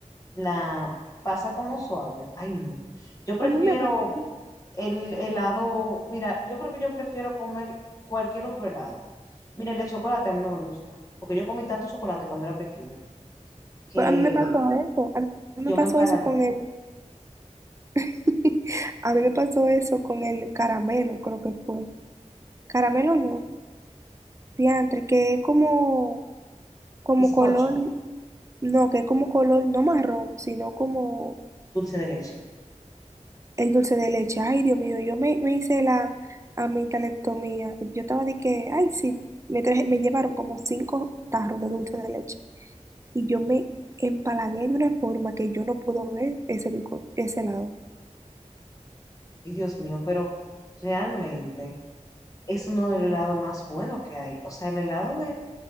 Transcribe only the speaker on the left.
la pasa como suave. Ay, no. Yo prefiero
el helado, mira, yo creo que yo prefiero comer cualquier otro helado. Mira, el de chocolate a mí no me gusta, porque yo comí tanto chocolate cuando era pequeña que
yo
me empalagué.
Bizcocho,
dulce de leche.
Ay, Dios mío, pero realmente. es uno del helado más bueno que hay. O sea, el helado de